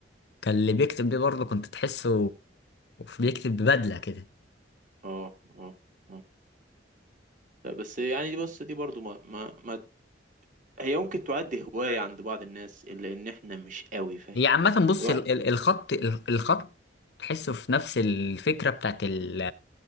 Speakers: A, on the left; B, on the right.
A: كان اللي بيكتب بيه برضو كنت تحسه بيكتب ببدله كده
B: اه اه اه لا بس يعني دي بص دي برضو ما ما, ما هي ممكن تعد هواية عند بعض الناس إلا إن إحنا مش قوي فاهم
A: هي عامة بص
B: الواحد
A: ال- ال- الخط ال- الخط تحسه في نفس الفكرة بتاعت ال-